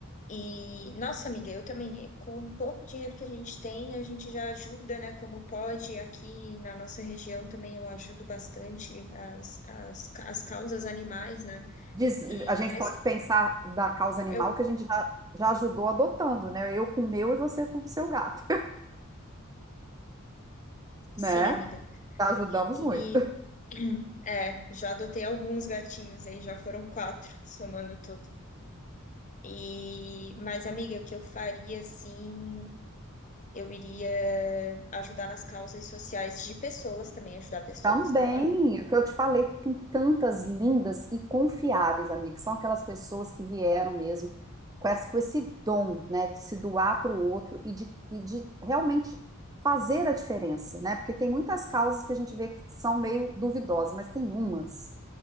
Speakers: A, on the left (about 35°); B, on the right (about 15°).
A: E, nossa, amiga, eu também, eh, com o pouco dinheiro que a gente tem, a gente já ajuda, né, como pode. Aqui na nossa região também eu ajudo bastante as, as, ca- as causas animais, né?
B: Diz-
A: E,
B: a gente
A: mas
B: pode pensar da causa animal
A: eu, co-
B: que a gente já, já ajudou adotando, né? Eu com o meu e você com o seu gato, <laughs>
A: sim,
B: né?
A: amiga.
B: Já ajudamos
A: E,
B: muito.
A: <clears throat> é, já adotei alguns gatinhos aí, já foram quatro, somando tudo. E, mas, amiga, o que eu faria, assim. Eu iria ajudar nas causas sociais de pessoas também, ajudar pessoas,
B: Também,
A: claro.
B: o que eu te falei, tem tantas lindas e confiáveis, amiga, que são aquelas pessoas que vieram mesmo com esse, com esse dom, né, de se doar para o outro e de, e de realmente fazer a diferença, né? Porque tem muitas causas que a gente vê que são meio duvidosas, mas tem umas